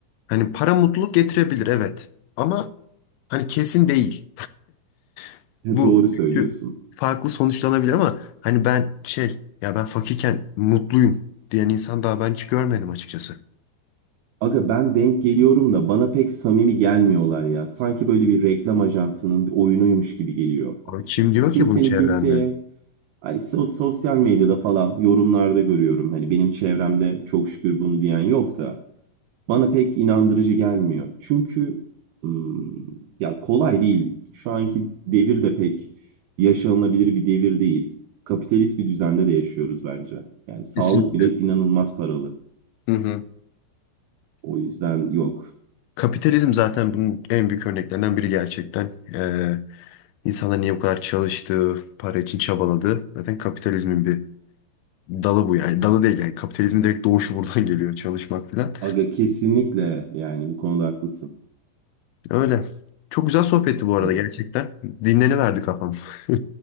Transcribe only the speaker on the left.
Hani para mutluluk getirebilir evet. Ama Hani kesin değil. <laughs>
Bu
çünkü farklı sonuçlanabilir ama hani ben şey ya ben fakirken mutluyum diyen insan daha ben hiç görmedim açıkçası.
Abi
kim diyor
ki bunu çevrende?
Kesinlikle.
Hı hı.
Kapitalizm zaten bunun en büyük örneklerinden biri gerçekten. Ee, insanlar niye bu kadar çalıştığı, para için çabaladığı zaten kapitalizmin bir dalı bu yani. Dalı değil yani kapitalizmin direkt doğuşu buradan <laughs> geliyor çalışmak falan.
Öyle. Çok güzel sohbetti bu arada
gerçekten. Dinleniverdi kafam. <laughs>